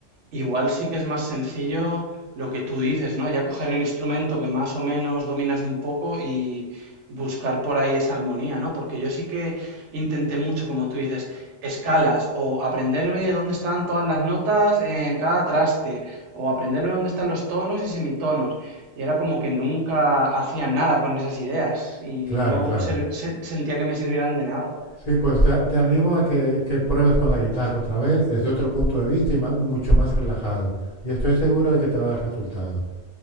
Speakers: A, on the right; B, on the left.
A: Igual sí que es más sencillo lo que tú dices, ¿no? Ya coger el instrumento que más o menos dominas un poco y buscar por ahí esa armonía, ¿no? Porque yo sí que intenté mucho, como tú dices, escalas o aprenderme dónde están todas las notas en cada traste o aprenderme dónde están los tonos y semitonos. Y era como que nunca hacía nada con esas ideas y
B: Claro,
A: no
B: claro.
A: ser- se- sentía que me sirvieran de nada.
B: Sí, pues te, te animo a que, que pruebes con la guitarra otra vez, desde otro punto de vista y ma- mucho más relajado. Y estoy seguro de que te va a dar resultado.